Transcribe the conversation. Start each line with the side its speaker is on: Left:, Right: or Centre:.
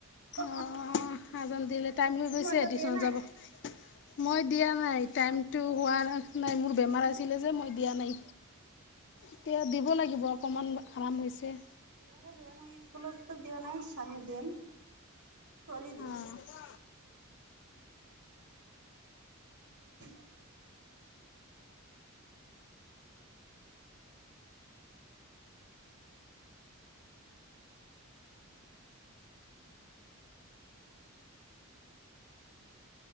Right: অথন
Left: অ আজান দিলে টাইম হৈ গৈছে
Right: মোৰতো
Left: টিউচনত
Right: দিয়া নাই
Left: যাব মই দিয়া নাই টাইমটো হোৱাৰ নাই মোৰ বেমাৰ আছিলে যে মই দিয়া নাই এতিয়া দিব লাগিব অকণমান আৰাম হৈছে
Right: ঘূৰাই দিয়া নাই স্কুলতো দিয়া নাই চামে দিম চোৱালী দিছ
Left: অঁ
Right: <unintelligible>